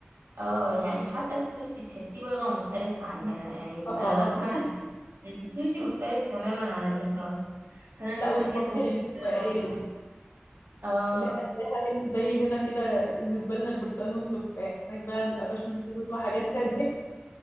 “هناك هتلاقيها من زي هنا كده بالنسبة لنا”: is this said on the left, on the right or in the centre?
Left